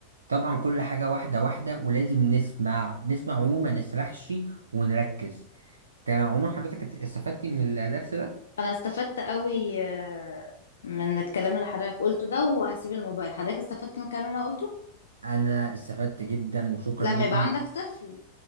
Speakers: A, on the right; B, on the left.
A: طبعا كل حاجة واحدة واحدة ولازم نسمع نسمع عموما ما نسرحش ونركز تمام عمر حضرتك ات- استفدتي من الدرس ده
B: انا استفدت قوي آه، من الكلام اللي حضرتك قلته ده وهسيب الموبايل حضرتك استفدت من الكلام اللي انا قلته
A: انا استفدت جدا وشكرا
B: لما
A: ليك
B: يبقى عندك طفل